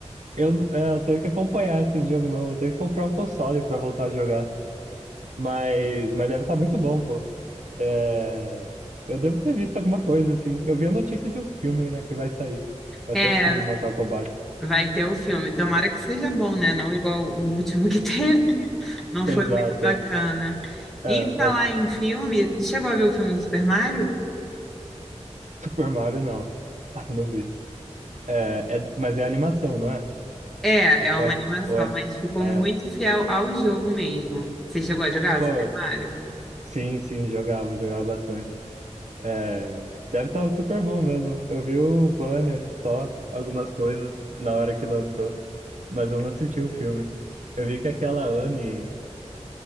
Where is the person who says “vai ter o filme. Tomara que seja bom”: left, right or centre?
Centre